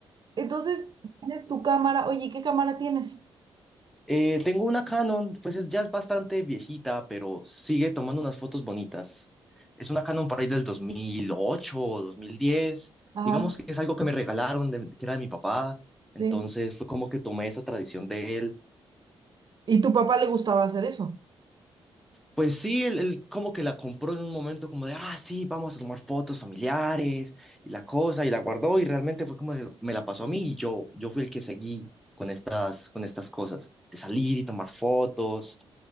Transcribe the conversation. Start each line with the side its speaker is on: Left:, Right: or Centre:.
Right: Entonces, tienes tu cámara. Oye, ¿qué cámara tienes?
Centre: Eh, tengo una Canon, pues es, ya es bastante viejita, pero sigue tomando unas fotos bonitas. Es una Canon por ahí del 2008 o 2010.
Right: Ajá,
Centre: Digamos que es algo que me regalaron, de- que era de mi papá.
Right: sí.
Centre: Entonces fue como que tomé esa tradición de él.
Right: ¿Y tu papá le gustaba hacer eso?
Centre: Pues sí, él, él como que la compró en un momento como de, ah, sí, vamos a tomar fotos familiares y la cosa, y la guardó y realmente fue como que me la pasó a mí y yo, yo fui el que seguí con estas, con estas cosas, de salir y tomar fotos.